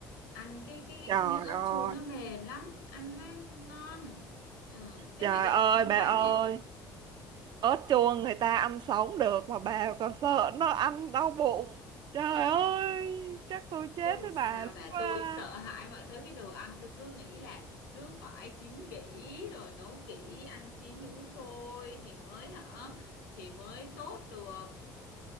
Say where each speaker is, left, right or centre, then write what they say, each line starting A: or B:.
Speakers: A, on the left; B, on the right.
A: ăn cái cái cái,
B: trời
A: cái miếng ớt
B: ơi
A: chuông nó mềm lắm ăn nó không ngon Ờ, chắc
B: trời
A: là do
B: ơi
A: chín
B: bà
A: quá
B: ơi
A: nhỉ
B: ớt chuông người ta ăn sống được mà bà còn sợ nó ăn đau bụng trời ơi chắc tôi chết
A: Chứ
B: với
A: sao
B: bà lúc
A: bà
B: đó
A: tôi sợ hãi mọi thứ cái đồ ăn tôi cứ nghĩ là cứ phải chín kỹ rồi nấu kỹ ăn chín uống sôi thì mới hả thì mới tốt được